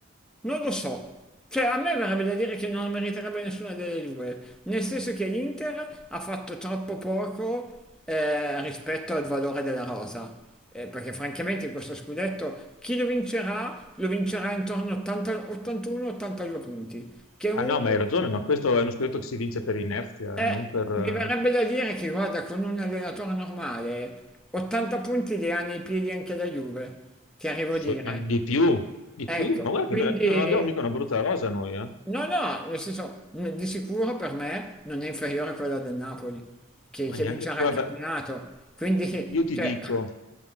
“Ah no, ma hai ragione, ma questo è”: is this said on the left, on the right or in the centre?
Left